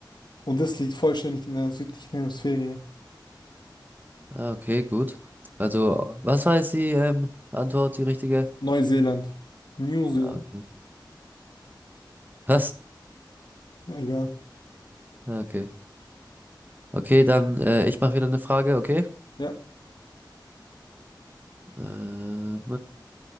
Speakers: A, on the left (about 65°); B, on the right (about 25°).
A: und das liegt vollständig in der südlichen Hemisphäre.
B: Ah, okay, gut. Also, was war jetzt die ähm, Antwort, die richtige?
A: Neuseeland. New Zealand.
B: Ah, okay. Was?
A: Egal.
B: Ah, Okay. Okay, dann äh, ich mache wieder eine Frage, okay?
A: Ja.
B: Ähm,